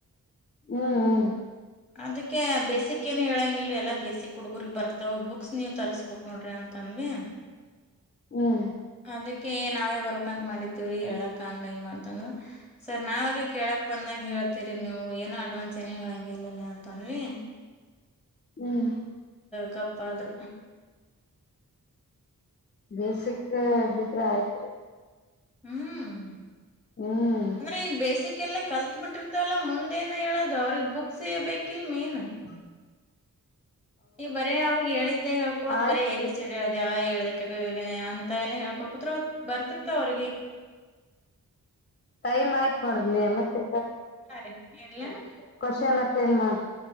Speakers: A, on the left; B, in the centre.
A: ಹ್ಮ್ ಹ್ಮ್
B: ಅದಕ್ಕೆ ಬೇಸಿಕ್ ಏನು ಹೇಳಂಗಲ್ರಿ ಅಲ್ಲ ಬೇಸಿಕ್ ಹುಡ್ಗರ್ರಿಗೆ ಬರ್ತಾವ ಬುಕ್ಸ್ ನೀವು ತರಿಸಸ್ಬೇಕಕ್ ನೋಡ್ರಿ ಅಂತಂದ್ವಿ
A: ಹ್ಮ್
B: ಅದಕ್ಕೆ ನಾವೇ ಬರಕ್ ಅಂತ ಮಾಡಿದ್ದೀವ್ರಿ ಹೇಳಕ್ ಹಂಗ ಹಿಂಗ ಅಂತಂದ್ರು ಸರ್ ನಾವ ಹಾಗೆ ಕೇಳಕ್ ಬಂದಾಗ ಹೇಳ್ತೀರಿ ನೀವು ಏನೋ ಅಡ್ವಾನ್ಸ್ ಏನ ಹೇಳಂಗಗೆ ಇಲ್ಲಲ್ಲಿ ಅಂತಂದ್ವಿ
A: ಹ್ಮ್
B: ಗಪ್ಪ ಅ <unintelligible> ಆದ್ರ
A: ಬೇಸಿಕ್ ಬಿದ್ರ ಆಯ್ತ್ರಿ
B: ಹ್ಮ್
A: ಹ್ಮ್
B: ಅಂದ್ರೆ ಈಗ ಬೇಸಿಕ್ ಎಲ್ಲ ಕಲ್ತ್ ಬಿಟ್ಟಿರ್ತವಲ್ಲ ಮುಂದೇಏನು ಹೇಳೋದು ಅವ್ರಿಗೆ ಬುಕ್ಸ್ ಇ ಬೇಕಿಲ್ ಮೇನ್
A: ಹ್ಮ
B: ಈಗ ಬರೇ ಅವ್ರಿಗೆಗೆ ಹೇಳಿದಿದ್ದೆ ಹೇಳ್ಕೋದ
A: ಆಯ್ತ್
B: ಬರೇ ಎ ಬಿ ಸಿ ಹೇಳ <unintelligible> ಕತ್ರ ಹೊ ಬರ್ತಿರ್ತ ಅವ್ರಿಗೆ
A: ಟೈಮ್ ಆಯ್ತು ನೋಡನಿ ಮತ್ತೆ
B: ಹಾಂ ರೀ ಇಡ್ಲಾ
A: ಕ್ವನ್ ಅಟೆಂಡ್ ಮಾಡ ಹಾ <unintelligible>